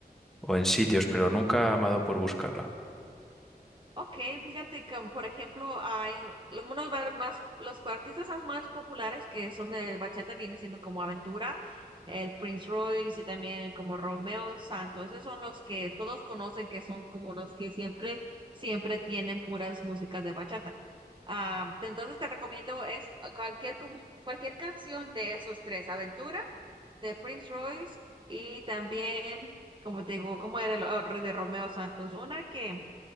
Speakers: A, in the centre; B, on the right.
A: o en sitios, pero nunca me ha dado por buscarla.
B: Ok, fíjate que, por ejemplo, hay unos bar- más, los artistas as- más populares que son de bachata vienen siendo como Aventura, el Prince Royce y también como Romeo Santos. Esos son los que todos conocen que son como los que siempre, siempre tienen puras músicas de bachata. Ah, entonces te recomiendo es cualquier, como, cualquier canción de esos tres, Aventura, de Prince Royce y también, como te digo, como era el, el de Romeo Santos, una que